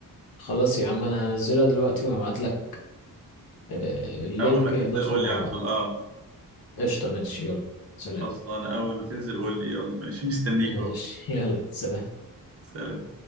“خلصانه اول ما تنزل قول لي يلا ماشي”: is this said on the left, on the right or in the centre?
Right